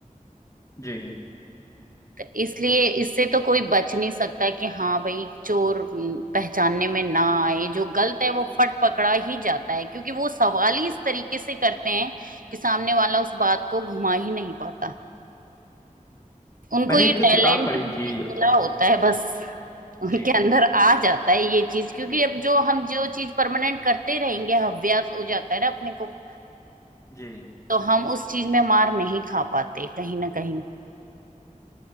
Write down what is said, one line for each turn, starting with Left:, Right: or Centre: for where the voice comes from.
Left: जी
Right: तो इसलिए इससे तो कोई बच नहीं सकता कि हाँ भाई चोर हम्म, पहचानने में ना आए जो गलत है वो फट पकड़ा ही जाता है क्योंकि वो सवाल ही इस तरीके से करते हैं कि सामने वाला उस बात को घुमा ही नहीं पाता उनको
Left: मैंने
Right: ये
Left: एक
Right: टैलेंट
Left: किताब पढ़ी थी
Right: मिला होता है बस उनके
Left: जी जी
Right: अंदर आ जाता है ये चीज क्योंकि अब जो हम जो चीज परमानेंट करते रहेंगे अभ्यास हो जाता है ना अपने को
Left: जी
Right: तो हम उस चीज में मार नहीं खा पाते कहीं ना कहीं